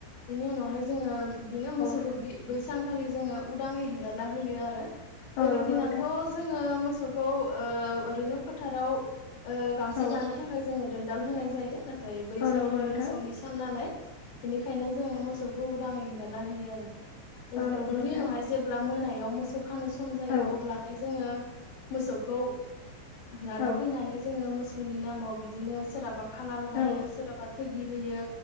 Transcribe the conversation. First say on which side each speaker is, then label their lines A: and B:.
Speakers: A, on the left; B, on the left.
A: बिनि उनावहाय जोङो बिदिनो मोसौखौ
B: औ
A: बि बै सानखालि जोङो उदाङै हेंगारला होयो आरो बेलेग
B: औ नंगौ
A: दिनाथ'
B: नोंथां
A: जोङो मोसौखौ ओ ओरैनो फोथाराव ओ गांसो
B: औ
A: जानो थाखाय जोङो दोनदाल होनाय जायो नाथाय बै
B: औ
A: सानखालि
B: नंगौ नोंथां
A: मोसौनि
B: औ
A: सान नालाय बिनिखायनो जोङो मोसौ खौ उदाङै हेंगारना होयो आरो
B: औ नंगौ
A: बिनि
B: नोंथां
A: उनावहाय जेब्ला मोनायाव मोसौ खानो सम जायो
B: औ
A: अब्लाहाय जोङो मोसौखौ लाना
B: औ
A: फैनानै जोङो मोसौनि नामाव बिदिनो सोरहाबा खाला लगायो
B: औ
A: सोरहाबा थोगि होयो